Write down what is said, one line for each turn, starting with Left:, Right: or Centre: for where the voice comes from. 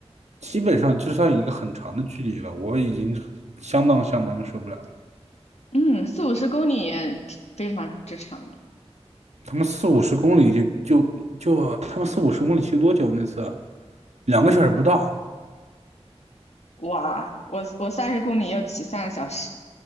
Right: 基本上就算一个很长的距离了，我已经相当相当的受不了了。
Left: 嗯，四五十公里也非常之长
Right: 他们四五十公里就就就他们四五十公里骑多久那次啊？两个小时不到，
Left: 哇，我我三十公里要骑三个小时，